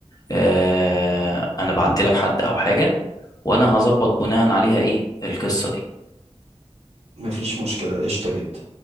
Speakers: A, on the left; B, on the right.
A: آه، انا بعت لك حد او حاجة وانا هظبط بناء عليها ايه القصة دي
B: مفيش مشكلة قشطة جدا